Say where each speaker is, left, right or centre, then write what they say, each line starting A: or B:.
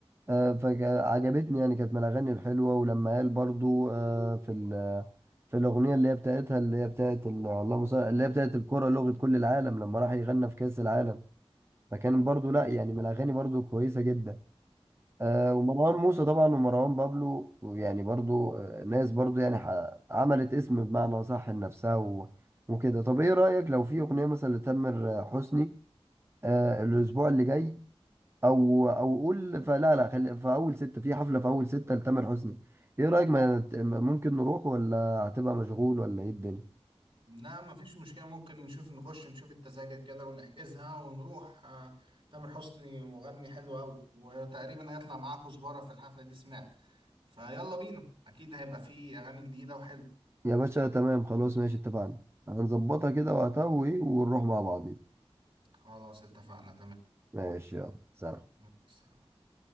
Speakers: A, on the right (about 25°); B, on the right (about 60°).
A: آه فعجبتني يعني كانت من الاغاني الحلوه ولما قال برضو آه في ال- في الاغنيه اللي هي بتاعتها اللي هي بتاعت ال- اللهم صل اللي هي بتاعت الكره لغه كل العالم لما راح يغنى في كاس العالم فكان برضو لا يعني من الاغاني برضو كويسه جدا آه ومروان موسى طبعا ومروان بابلو يعني برضو آه ناس برضو يعني ح- عملت اسم بمعنى صح لنفسها و- وكده طب ايه رأيك لو في اغنية مثلا لتامر حسني آه الاسبوع اللي جاي او او قول فلا لا خلي في اول ستة في حفلة في اول ستة لتامر حسني ايه رأيك ما ت- ما ممكن نروح ولا هتبقى مشغول ولا ايه الدنيا
B: لا مفيش مشكلة ممكن نشوف نخش نشوف التذاكر كده ونحجزها ونروح آه، تامر حسني مغني حلو أوي وتقريبا هيطلع معاه كزبرة في الحفلة دي سمعت فيلا بينا أكيد هيبقى فيه أغاني جديدة وحلو
A: يا باشا تمام خلاص ماشي اتفقنا هنظبطها كده وقتها وايه ونروح مع بعضين
B: خلاص اتفقنا
A: ماشي يلا سلام
B: تمام